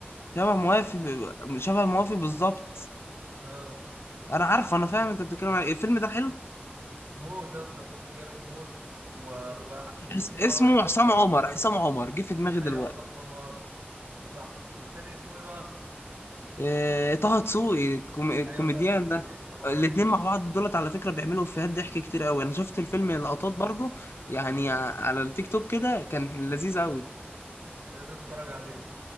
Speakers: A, on the left (about 90°); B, on the right (about 65°).
A: شبه موافي شبه موافي بالظبط
B: اه
A: انا عارفه انا فاهم انت بتتكلم عن إيه. الفيلم ده حلو
B: موت يا اسطى فيلم جامد موت و... والاتنين
A: اس-
B: قرايب
A: اسمه
B: اصلا
A: حسام عمر حسام عمر جه في دماغي دلوقتي
B: ايوه عصام عمر صح والتاني اسمه ايه بقى
A: آه، طه دسوقي الكوم- الكوميديان
B: ايوه طه دسوقي
A: ده
B: برافو
A: الاتنين
B: عليك يا
A: مع
B: اسطى
A: بعض دولت على فكرة بيعملوا افيهات ضحك كتير قوي انا شفت الفيلم
B: موت
A: لقطات
B: يا اسطى.
A: برضو يعني
B: آه.
A: ع- على التيك توك كده كان لذيذ قوي
B: لازم تتفرج عليه